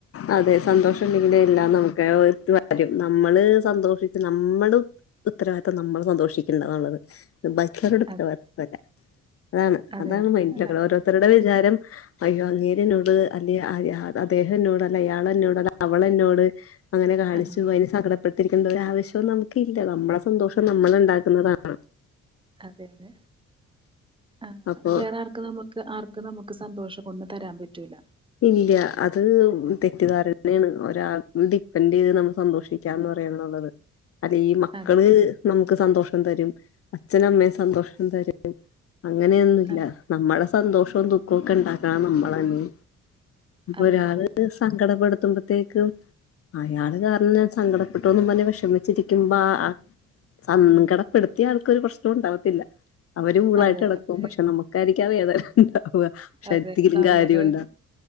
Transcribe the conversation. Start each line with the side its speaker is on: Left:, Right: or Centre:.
Left: അതെ സന്തോഷഉണ്ടെങ്കിലേ എല്ലാം നമുക്കായി ഒത്തു വരും നമ്മള് സന്തോഷിച്ച് നമ്മള് ഉത്തരവാദിത്തം നമ്മള് സന്തോഷിക്കണ്ടന്നുള്ളത് ബക്കരടത്ര
Right: അതെ
Left: വല്ല <unintelligible> അതാണ്
Right: അതെ
Left: അതാണ്
Right: അതെ
Left: മൈൻഡില <unintelligible>
Right: ആഹ്
Left: കൾ ഓരോരുത്തരുടെ വിചാരം അയ്യോ അങ്ങേര് എന്നോട് അതേ ആര്യ അ അദ്ദേഹം എന്നോട് അയാൾ എന്നോട് അവള് എന്നോട് അങ്ങനെ കാണിച്ചു
Right: ആഹ്
Left: അയിന് സങ്കടപ്പെട്ട്- ത്തിരിക്കേണ്ട ഒരാവശ്യം നമുക്കില്ല നമ്മളെ സന്തോഷം നമ്മള് ഉണ്ടാക്കുന്നതാണ്
Right: അതെ അതെ ആ
Left: അപ്പൊ
Right: വേറെ ആർക്കും നമുക്ക് ആർക്ക് നമുക്ക് സന്തോഷം ഒന്നുതരാൻ പറ്റൂല്ല
Left: ഇല്ലാ അത് തെറ്റിദ്ധാരന്നാണ് <unintelligible> സ്പെൻഡ് ചെയ്ത് നമ്മള് സന്തോഷിക്ക എന്ന് പറയുന്നത് അതാണ് അല്ലീ മക്കള്
Right: അതെ
Left: നമുക്ക് സന്തോഷം- തരും അച്ഛനും അമ്മയും - സന്തോഷം തരും അങ്ങനെയൊന്നുവില്ല
Right: ആഹ്
Left: നമ്മുടെ സന്തോഷവും ദുഃഖവുമൊക്കെ ഉണ്ടാക്കു അ നമ്മളന്നി അപ്പം
Right: അതെ
Left: ഒരാള്
Right: അതെ
Left: സങ്കടപടു ത്തുമ്പത്തേക്കും അയാളു കാരണം സങ്കടപ്പെട്ടോന്നും പറഞ്ഞ് വെഷമിച്ചിരിക്കുമ്പോ ആ സങ്കടപ്പെടുത്തിയാൾക്കൊരു പ്രശ്നോം ഉണ്ടാവത്തില്ല അവര് കൂളായിട്ട്
Right: അതെ
Left: നടക്കും
Right: അത്
Left: പക്ഷെ നമുക്കായിരിക്കും ആ വേദന ഉണ്ടാവുക പക്ഷെ
Right: അതെ
Left: എന്തെങ്കിലും
Right: നമ്മള്
Left: കാര്യോണ്ടോ